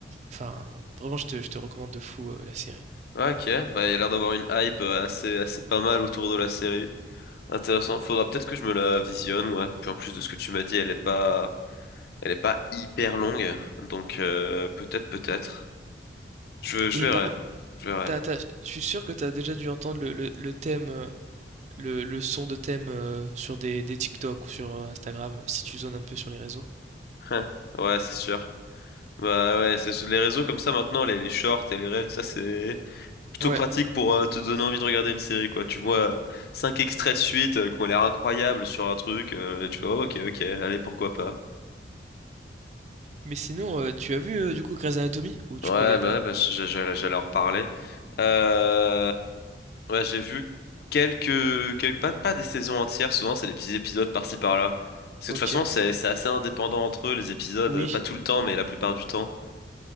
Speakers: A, on the right; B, on the left.
A: Enfin, vraiment, je te, je te recommande de fou euh, la série.
B: Ouais, Ok. Bah, il y a l'air d'avoir une hype euh, assez assez pas mal autour de la série. Intéressant, faudra peut-être que je me la visionne, ouais. Puis en plus de ce que tu m'as dit, elle est pas, elle est pas hyper longue, donc euh, peut-être, peut-être. Je, je
A: Et
B: verrai,
A: par contre,
B: je verrai.
A: t'as- t'as- je suis sûr que tu as déjà dû entendre le, le- le thème, euh, le, le son de thème euh, sur des, des TikTok ou sur euh, Instagram, euh, si tu zones un peu sur les réseaux.
B: Hein. Ouais, c'est sûr. Bah ouais, c'est les réseaux comme ça maintenant, les, les shorts et les reels, ça c'est plutôt
A: Ouais.
B: pratique pour euh, te donner envie de regarder une série, quoi. Tu vois euh, cinq extraits de suite euh, qui ont l'air incroyables sur un truc, euh, tu fais oh, ok, ok, allez, pourquoi pas.
A: Mais sinon, euh, tu as vu euh, du coup Grey's Anatomy? Ou tu
B: Ouais,
A: connais
B: bah,
A: pas?
B: ouais, bah j- j- j'allais j'allais en reparler. Euh, Ouais, j'ai vu quelques, quelques pas, pas des saisons entières, souvent c'est des petits épisodes par-ci par-là. Parce que
A: Ok.
B: de toute façon, c'est, c'est assez indépendant entre eux, les épisodes,
A: Oui.
B: euh, pas tout le temps, mais la plupart du temps.